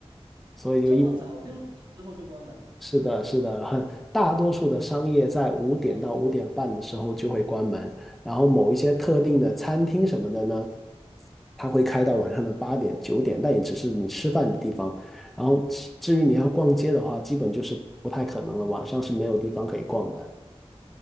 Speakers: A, in the centre; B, on the right (about 45°).
A: 所以就一
B: 这么早，六点钟之后就关门，
A: 是的，是的，很大多数的商业在五点到五点半的时候就会关门，然后某一些特定的餐厅什么的呢。它会开到晚上的八点、九点，但也只是你吃饭的地方。然后至至于你要逛街的话，基本就是不太可能了，晚上是没有地方可以逛的。